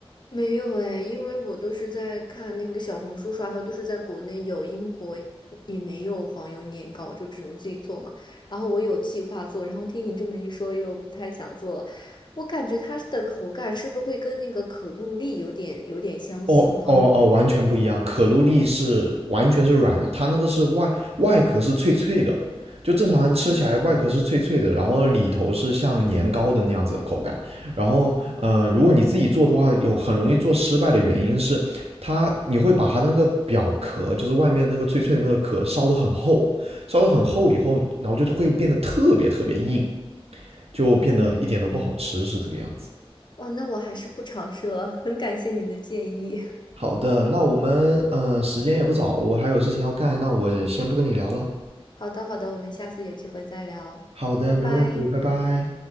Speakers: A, on the left; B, on the right.
A: 没有哎，因为我都是在看那个小红书刷到，都是在国内有，英国也没有黄油年糕，就只能自己做嘛。然后我有计划做，然后听你这么一说，又不太想做了。我感觉它的口感是不是会跟那个可露丽有点有点相似呢？
B: 哦哦哦，完全不一样。可露丽是完全是软的，它那个是外外壳是脆脆的，就正常人吃起来外壳是脆脆的，
A: 啊
B: 然后里头是像年糕的那样子的口感。然后呃，如果你自己做的话，有很容易做失败的原因是它你会把它那个表壳，就是外面那个脆脆的那个壳烧得很厚，烧得很厚以后，
A: 啊！
B: 然后就会变得特别特别硬，就变得一点都不好吃，
A: 嗯，
B: 是这个样子。
A: 哇，那我还是不尝试了，很感谢你的建议。
B: 好的，那我们嗯，时间也不早，我还有事情要干，那我先不跟你聊了。
A: <laughs> 好的，好的，我们下次有机会再聊，
B: 好的，
A: 拜拜。
B: 没问题，拜拜。